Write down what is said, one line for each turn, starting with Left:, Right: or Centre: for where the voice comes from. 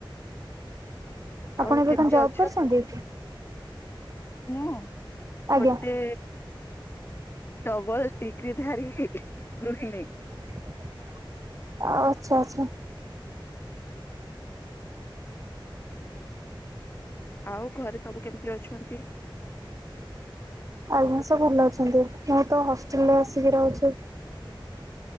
Right: ଆପଣ
Left: ଆଉ
Right: ଏବେ
Left: କେମିତି
Right: କଣ ଜବ୍
Left: ଅଛ?
Right: କରିଛନ୍ତି?
Left: ମୁଁ
Right: ଆଜ୍ଞା
Left: ଗୋଟେ ଡବଲ ଡିଗ୍ରୀ ଧାରି ଗୃହିଣୀ।
Right: ଆଃ ଆଚ୍ଛା ଆଚ୍ଛା।
Left: ଆଉ ଘରେ ସବୁ କେମିତି ଅଛନ୍ତି?
Right: ଆଜ୍ଞା ସବୁ ଭଲ ଅଛନ୍ତି। ମୁଁ ତ ହଷ୍ଟେଲରେ ଆସିକି ରହୁଛି।